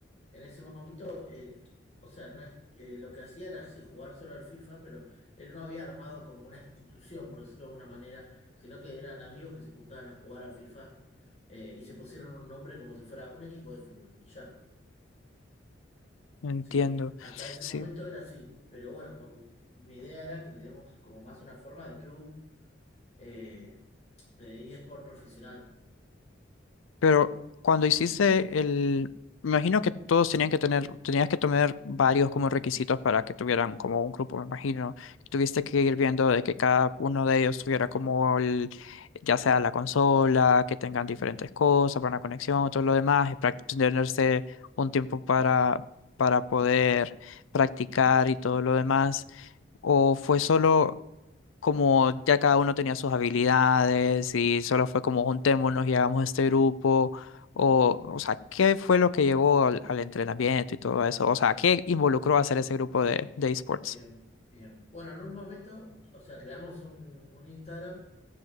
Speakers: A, on the left; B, on the left.
A: En ese momento, eh, o sea, no es, eh, lo que hacía era sí jugar solo al FIFA, pero él no había armado como una institución, por decirlo de alguna manera, sino que eran amigos que se juntaban a jugar al FIFA eh, y se pusieron un nombre como si fuera un equipo de fútbol, y ya,
B: Entiendo.
A: ¿sí? Hasta ese
B: Sí.
A: momento era así, pero bueno, con, mi idea era que le demos como más una forma de club, eh, de eSport profesional.
B: Pero cuando hiciste el, me imagino que todos tenían que tener, tenías que tener varios como requisitos para que tuvieran como un grupo, me imagino. Tuviste que ir viendo de que cada uno de ellos tuviera como el, ya sea la consola, que tengan diferentes cosas para una conexión, todo lo demás, y prac- tenerse un tiempo para, para poder practicar y todo lo demás. ¿O fue solo? como ya cada uno tenía sus habilidades y solo fue como juntémonos y hagamos este grupo, o, o sea, ¿qué fue lo que llevó al, al entrenamiento y todo eso? O sea, ¿qué involucró hacer ese grupo de, de esports?
A: Bien, bien. Bueno, en un momento, o sea, creamos un, un Instagram